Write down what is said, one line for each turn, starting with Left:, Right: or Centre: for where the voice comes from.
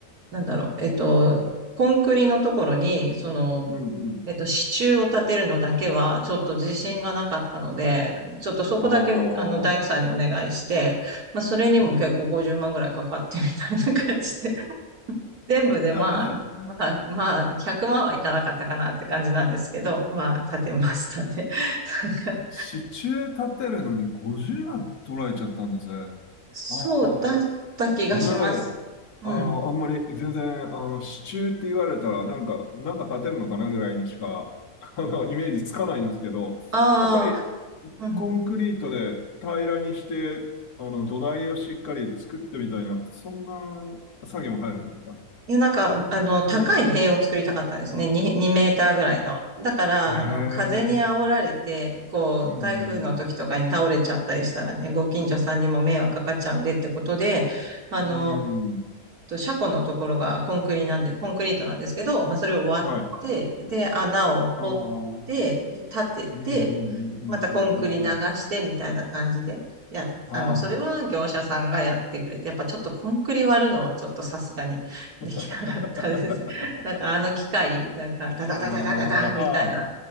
Right: なんだろう、えっと、コンクリのところに、その、
Left: うんうん。
Right: えっと、支柱を立てるのだけは、ちょっと自信がなかったので、ちょっとそこだけ、
Left: ああ。
Right: あの、大工さんにお願いして、まあ、それにも結構50万ぐらいかかってみたいな感じで、
Left: うん
Right: <laughs> 全部でまあ、
Left: <laughs>
Right: まあ、まあ、100万はいかなかったかなって感じなんですけど、まあ、立てましたね。<laughs> なんか
Left: 支柱立てるのに50万取られちゃったんですね。
Right: そうだった気がします。
Left: ああ。ごめんなさいね。
Right: うん。
Left: あの、あんまり全然、あの、支柱って言われたら、なんか、なんか立てるのかなぐらいにしか、<laughs> あの、イメージつかないんですけど、
Right: ああ、
Left: やっぱり、
Right: うん
Left: コンクリートで平らにして、あの、土台をしっかり作ってみたいな、そんな作業も入るんですか
Right: いや、なんか、あの、高い塀を作りたかったんですね。
Left: うん。
Right: 2、2メーターぐらいの。だから、
Left: へえ。
Right: あの、風に煽られて、こう、
Left: うん、
Right: 台風の時とかに倒れちゃったりしたらね、ご近所さんにも迷惑かかっちゃうんでってことで、あの、
Left: うん、うん。うん
Right: と、車庫のところがコンクリなんで、コンクリートなんですけど、まあ、それを割って、
Left: はい。あ
Right: で、穴を掘っ
Left: あ。うん、
Right: て、で、立てて、
Left: うん、うん、うん、うん、
Right: またコンクリ流してみたいな感じで、
Left: うん。うん
Right: や、
Left: あ
Right: あの、それは業者さんがやってくれて、やっぱちょっとコンクリ割るのはちょっとさすがに <laughs> できなかったです。
Left: あ。
Right: <laughs> なんかあの機械、
Left: <laughs>
Right: なんかダダダダダダダみたいな、
Left: ああ、